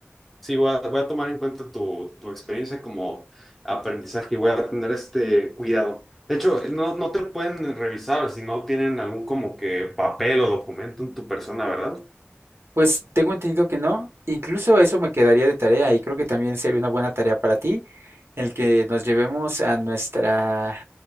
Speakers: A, in the centre; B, on the right (about 60°).
A: Sí, voy a, voy a tomar en cuenta tu, tu experiencia como aprendizaje y voy a tener este cuidado. De hecho, no, no te pueden revisar si no tienen algún como que papel o documento en tu persona, ¿verdad?
B: Pues tengo entendido que no. Incluso eso me quedaría de tarea y creo que también sería una buena tarea para ti el que nos llevemos a nuestra